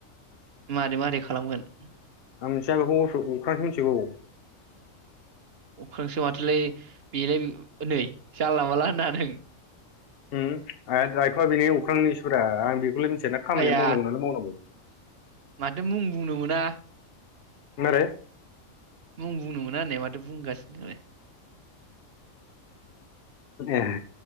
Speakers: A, on the right (about 55°); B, on the left (about 50°).
A: मारै मारै खालामगोन
B: आं मिनथिआ बेखौ अस अखांसो मिथिगौ
A: अखांसो माथोलाय बेलाय नै जानला मानला होननाङा नों
B: उम आ दायथ'वआ बेनि अख्रांनिसो रां आं बेखौलाय <unintelligible> <unintelligible> खामानि
A: आइया
B: मावनांगौ नालाय मावनांगौ
A: माथो मुं बुंनो मोना
B: मारै
A: मुं बुंनो मोना होननाया माथो बुंगासिनोलाय
B: एह